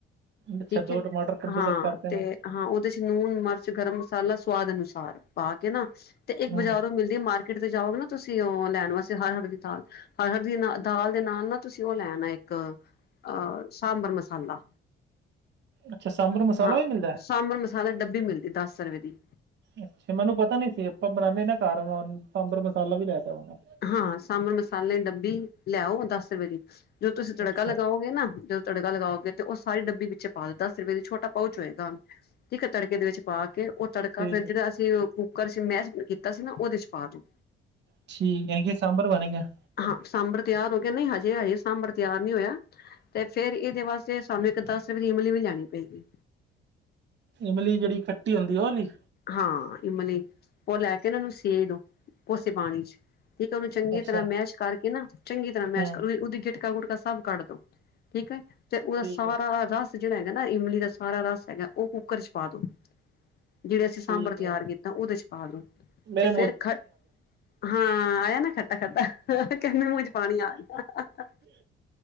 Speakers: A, on the right (about 55°); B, on the left (about 50°).
A: ਹੈ। ਅੱਛਾ
B: ਠੀਕ
A: ਦੋ
B: ਐ
A: ਟਮਾਟਰ ਕੱਦੂਕਸ
B: ਹਾਂ
A: ਕਰਤੇ
B: ਤੇ
A: ਨੇ
B: ਹਾਂ, ਉਹਦੇ ਚ ਨੂਣ, ਮਿਰਚ, ਗਰਮ ਮਸਾਲਾ ਸਵਾਦ ਅਨੁਸਾਰ ਪਾ ਕੇ ਨਾ ਤੇ ਇੱਕ
A: ਹੂੰ
B: ਬਾਜ਼ਾਰੋ ਮਿਲਦੀ ਮਾਰ ਕੀਟ ਤੇ ਜਾਓਗੇ ਨਾ ਤੁਸੀ ਓ ਲੈਣ ਵਾਸਤੇ ਹਰਹਰ ਦੀ ਦਾਲ ਹਰਹਰ ਦੀ ਦਾਲ ਦੇ ਨਾਲ ਨਾ ਤੁਸੀ ਓ ਲੈਣ ਇੱਕ ਅ ਸਾਂਬਰ ਮਸਾਲਾ
A: ਅੱਛਾ ਸਾਂਬਰ ਮਸਾਲਾ
B: ਹਾਂ,
A: ਵੀ ਮਿਲਦਾ
B: ਸਾਂਬਰ ਮਸਾਲਾ ਡੱਬੀ ਮਿਲਦੀ ਦਸ ਰੁਪਏ ਦੀ
A: ਅੱਛਾ ਮੈਨੂੰ ਪਤਾ ਨੀ ਸੀ ਆਪਾਂ ਬਣਾਉਦੇ ਨਾ ਘਰ ਸਾਂਬਰ ਮਸਾਲਾ ਵੀ ਲੈ ਜਾਵਾਂਗਾ।
B: ਹਾਂ, ਸਾਂਬਰ ਮਸਾਲੇ ਡੱਬੀ ਲੈ ਆਓ ਦਸ ਰੁਪਏ ਦੀ ਜਦੋ ਤੁਸੀਂ ਤੜਕਾ
A: ਅੱਛਾ
B: ਲਗਾਓਗੇ ਨਾ ਜੋ ਤੜਕਾ ਲਗਾਓਗੇ ਤੇ ਉਹ ਸਾਰੀ ਡੱਬੀ ਵਿੱਚ ਪਾਦੋ ਦਸ ਰੁਪਏ ਦਾ ਛੋਟਾ ਪਾਊਚ ਹੋਏਗਾ। ਠੀਕ ਆ ਤੜਕੇ ਦੇ ਵਿੱਚ ਪਾ ਕੇ ਉਹ ਤੜਕਾ
A: ਠੀਕ
B: ਫਿਰ
A: ਹੈ
B: ਜਿਹੜਾ ਅਸੀਂ ਕੁੱਕਰ ਚ ਮੈਸ਼ ਕੀਤਾ ਸੀ ਨਾ ਓਦੇ ਚ ਪਾ ਦਓ।
A: ਠੀਕ ਐ ਕਿ ਸਾਂਬਰ ਬਣ ਗਿਆ।
B: ਹਾਂ, ਸਾਂਬਰ ਤਿਆਰ ਹੋ ਕੇ ਨਈ ਹਜੇ ਹਜੇ ਸਾਂਬਰ ਤਿਆਰ ਨਈ ਹੋਇਆ। ਤੇ ਫੇਰ ਏਦੇ ਵਾਸਤੇ ਸਾਨੂੰ ਇੱਕ ਦਸ ਰੁਪਏ ਦੀ ਇਮਲੀ ਵੀ ਲਿਆਣੀ ਪਏਗੀ।
A: ਇਮਲੀ ਜੇੜੀ ਖੱਟੀ ਹੁੰਦੀ ਓ ਲੀ।
B: ਹਾਂ, ਇਮਲੀ ਉਹ ਲੈ ਕੇ ਨਾਂ ਓਨੂੰ ਸੇ ਦੋ ਕੋਸੇ ਪਾਣੀ ਚ। ਫਿਰ ਤੇ ਓਨੂੰ ਚੰਗੀ
A: ਅੱਛਾ
B: ਤਰ੍ਹਾਂ ਮੈਸ਼ ਕਰਕੇ ਨਾ ਚੰਗੀ ਤਰ੍ਹਾਂ ਮੈਸ਼
A: ਹੂੰ
B: ਕਰ ਫਿਰ ਉਦੀ ਗਿਟਕਾ ਗੁਟਕਾ ਸਭ ਕੱਢ ਦੋ ਠੀਕ ਐ ਤੇ ਓਦਾ
A: ਠੀਕ
B: ਸਾਰਾ
A: ਹੈ
B: ਰਸ ਜਿਹੜਾ ਹੈਗਾ ਨਾ ਇਮਲੀ ਦਾ ਸਾਰਾ ਰਸ ਹੈਗਾ ਉਹ ਕੁੱਕਰ ਚ ਪਾ ਦੋ ਜਿਹੜੇ ਅਸੀਂ ਸਾਂਬਰ
A: ਠੀਕ
B: ਤਿਆਰ
A: ਹੈ
B: ਕੀਤਾ ਉਹਦੇ ਚ ਪਾ ਦੋ
A: ਮੇਰੇ
B: ਤੇ ਫਿਰ ਖ ਹਾਂ, ਆਇਆ ਨਾ ਖੱਟਾ-ਖੱਟਾ ਕਹਿੰਦੇ ਮੂੰਹ ਚ ਪਾਣੀ ਆ ਗਿਆ